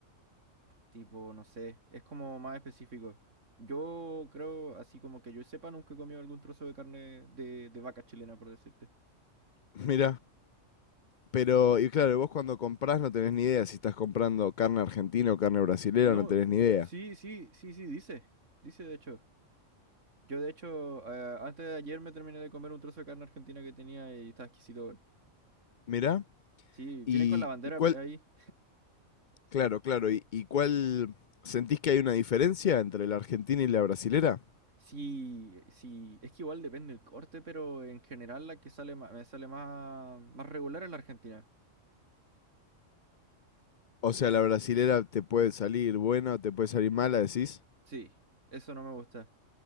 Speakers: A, on the right (about 65°); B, on the left (about 60°).
A: Tipo, no sé, es como más específico. Yo creo, así como que yo sepa, nunca he comido algún trozo de carne de, de vaca chilena, por decirte.
B: Mira. Pero, y claro, vos cuando comprás no tenés ni idea si estás comprando carne argentina o carne brasilera,
A: No,
B: no tenés ni idea.
A: sí, sí, sí, sí, dice. Dice, de hecho. Yo de hecho, eh, antes de ayer me terminé de comer un trozo de carne argentina que tenía y estaba exquisito. weón.
B: Mirá.
A: Sí, viene
B: ¿Y,
A: con la bandera
B: y cuál?
A: ahí.
B: Claro, claro. ¿Y, y cuál? ¿Sentís que hay una diferencia entre la argentina y la brasilera?
A: Sí, sí, es que igual depende el corte, pero en general la que sale ma- me sale más, más regular es la argentina.
B: O sea, la brasilera te puede salir buena o te puede salir mala, decís.
A: Sí, eso no me gusta.